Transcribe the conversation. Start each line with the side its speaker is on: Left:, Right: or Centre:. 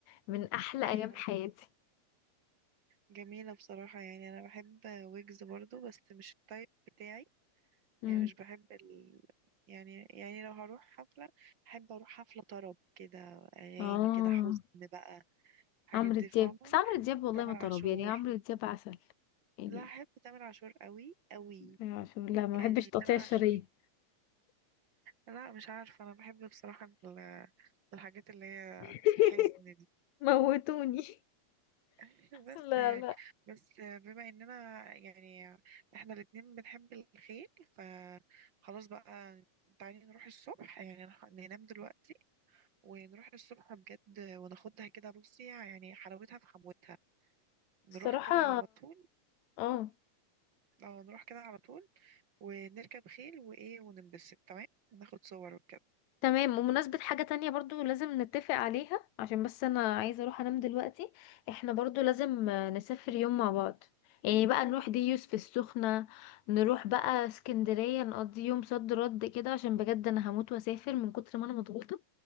Left: من احلى
Right: أيوة
Left: <laughs> ايام حياتي
Right: جميلة بصراحة يعني أنا بحب ويجز برضو بس مش التايب بتاعي
Left: امم
Right: يعني مش بحب ال... يعني يعني لو هروح حفلة أحب أروح حفلة طرب كده أغاني
Left: اه
Right: كده حزن بقى الحاجات
Left: عمرو
Right: دي
Left: دياب
Right: فاهمة
Left: بس عمرو
Right: بحب
Left: دياب والله
Right: تامر
Left: ما طرب
Right: عاشور
Left: يعني عمرو دياب عسل يعني
Right: لا أحب تامر عاشور قوي قوي
Left: عشان لا ما
Right: يعني
Left: بحبش تقطيع
Right: تامر
Left: الشرايين
Right: عاشور لا مش عارفة أنا بحب بصراحة ال- الحاجات اللي هي
Left: <laughs>
Right: الحزن
Left: موتوني
Right: <laughs> بس
Left: لا
Right: يعني
Left: لا
Right: بس بما اننا يعني احنا الاتنين بنحب الخيل فخلاص بقى تعالي نروح الصبح يعني نح- ننام دلوقتي ونروح الصبح بجد وناخدها كده بصي يعني حلاوتها في حموتها نروح
Left: الصراحة
Right: كده على طول
Left: اه
Right: اه نروح كده على طول ونركب خيل وايه وننبسط تمام وناخد صور وكده
Left: تمام ومناسبة حاجة تانية برضو لازم نتفق عليها عشان بس أنا عايزة أروح أنام دلوقتي احنا برضو لازم آه، نسافر يوم مع بعض يعني بقى نروح ديوس في السخنة نروح بقى اسكندرية نقضي يوم صد رد كده عشان بجد أنا هموت وأسافر من كتر ما أنا مضغوطة